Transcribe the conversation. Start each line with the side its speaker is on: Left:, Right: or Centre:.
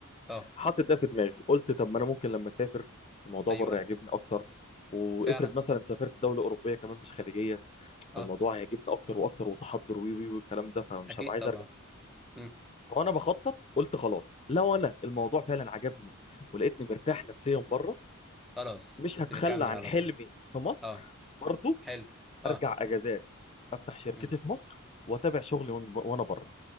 Centre: اه
Left: حاطط ده في دماغي قلت طب ما انا ممكن لما اسافر الموضوع
Centre: ايوه
Left: بره يعجبني اكتر وافرض
Centre: فعلا
Left: مثلا سافرت دوله اوروبيه كمان مش خليجيه
Centre: اه
Left: فالموضوع هيعجبني اكتر واكتر وتحضر وي وي والكلام ده فمش
Centre: اكيد
Left: هبقى عايز
Centre: طبعا
Left: ارجع
Centre: امم
Left: فانا بخطط قلت خلاص لو انا الموضوع فعلا عجبني ولقيتني مرتاح نفسيا بره
Centre: خلاص
Left: مش هتخلى
Centre: بكمل
Left: عن
Centre: على
Left: حلمي
Centre: طول
Left: في مصر
Centre: اه
Left: برضو
Centre: حلو اه
Left: هرجع اجازات افتح شركتي
Centre: امم
Left: في مصر واتابع شغلي وأنا- وانا بره